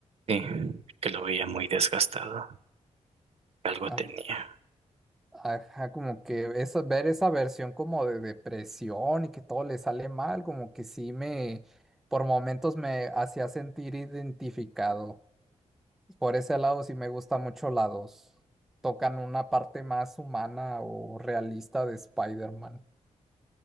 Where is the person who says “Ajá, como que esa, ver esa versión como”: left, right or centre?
Centre